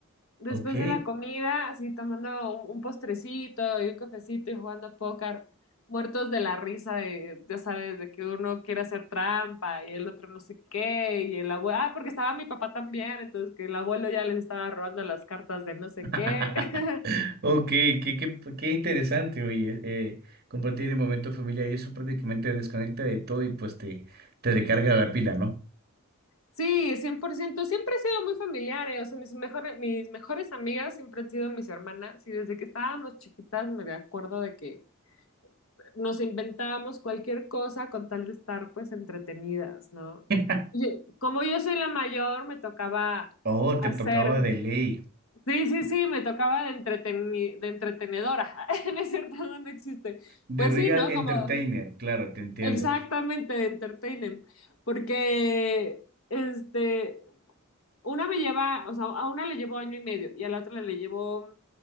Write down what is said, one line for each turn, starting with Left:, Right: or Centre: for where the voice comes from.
Left: Después
Right: Ok.
Left: de la comida, así tomando un, un postrecito y un cafecito y jugando póker, muertos de la risa de, ya sabes, de que uno quiere hacer trampa y el otro no sé qué, y el abuelo, ah, porque estaba mi papá también, entonces que el abuelo ya les estaba robando las cartas de no sé
Right: <laughs>
Left: qué. <laughs>
Right: Ok, qué, qué, qué interesante, oye. eh, compartir el momento familiar y eso prácticamente te desconecta de todo y pues te, te recarga la pila, ¿no?
Left: Sí, 100% siempre he sido muy familiar, eh, O sea, mis mejores, mis mejores amigas siempre han sido mis hermanas y desde que estábamos chiquitas me acuerdo de que nos inventábamos cualquier cosa con tal de estar pues entretenidas, ¿no?
Right: <laughs>
Left: Y yo- como yo soy la mayor, me tocaba
Right: Oh,
Left: hacer,
Right: te tocaba de ley.
Left: sí, sí, sí, me tocaba de, entreteni- de entretenedora, <laughs> no es cierto, no no existe.
Right: The
Left: Pues
Right: Real
Left: sí, ¿no?
Right: Entertainer,
Left: Como
Right: claro, te entiendo.
Left: exactamente de entertainer, porque este, una me lleva, o sea, a una le llevo año y medio y a la otra le llevo